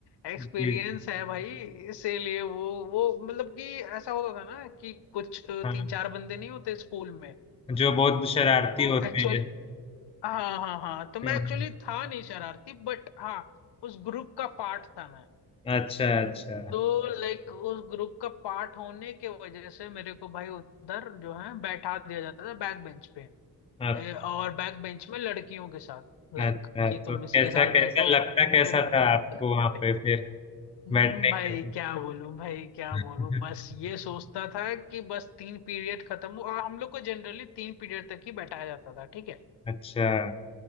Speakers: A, on the left; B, on the left.
A: एक्सपीरियंस
B: जी जी,
A: है भाई इसीलिए वो वो मतलब कि ऐसा होता था ना कि कुछ अ,
B: हाँ
A: तीन चार बंदे नहीं होते स्कूल में
B: जो बहुत शरारती
A: तो
B: होते
A: एक्चुअली
B: हैं
A: हाँ हाँ हाँ तो मैं
B: हाँ,
A: एक्चुअली
B: हाँ।
A: था नहीं शरारती बट हाँ उस ग्रुप का पार्ट था मैं
B: अच्छा अच्छा
A: तो लाइक उस ग्रुप का पार्ट होने के वजह से मेरे को भाई उधर जो है बैठा दिया जाता था बैक बेंच पे
B: आप-
A: ए, और बैक बेंच में लड़कियों के साथ लाइक
B: अच्छा
A: कि तुम
B: तो कैसा
A: इसके साथ
B: कैसा
A: बैठो
B: लगता कैसा
A: तुम
B: था आपको वहां
A: <laughs>
B: पे फिर
A: हम्म,
B: बैठने
A: भाई
B: के
A: क्या बोलूं भाई क्या
B: लिए
A: बोलूं बस ये सोचता था कि बस तीन पीरियड खत्म हो और हम लोग को जनरली तीन पीरियड तक ही बैठाया जाता था ठीक है
B: <laughs> अच्छा